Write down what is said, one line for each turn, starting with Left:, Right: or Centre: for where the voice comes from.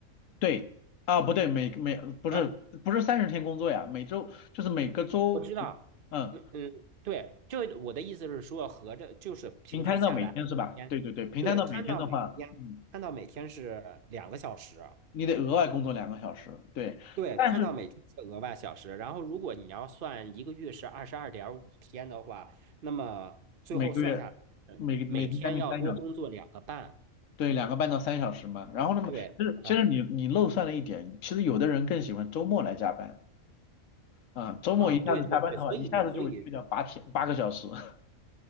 Left: 对啊，不对，每每不是不是三十天工作呀，
Right: 啊？
Left: 每周就是每个周，
Right: 我知道，
Left: 嗯，
Right: 嗯嗯，对，就我的意思是说，合着就是平均下来，
Left: 平摊到每天是吧？
Right: 天，
Left: 对对对，平摊到每天的话，
Right: 对，摊到每天，
Left: 嗯，
Right: 摊到每天是两个小时。
Left: 你得额外工作两个小时，对，
Right: 对，
Left: 但是
Right: 看到每天是额外小时，然后如果你要算一个月是二十二点五天的话，那么最后算下来，
Left: 每个月每每天将近三小时，
Right: 每天要多工作两个半，
Left: 对，两个半到三小时嘛。然后那么其实其实你你漏算了一点，
Right: 对，两个半
Left: 其实有的人更喜欢周末来加班啊，周末一下子加班的话，
Right: 啊，对对对，所以所以
Left: 一下子就会去掉八天八个小时。<laughs>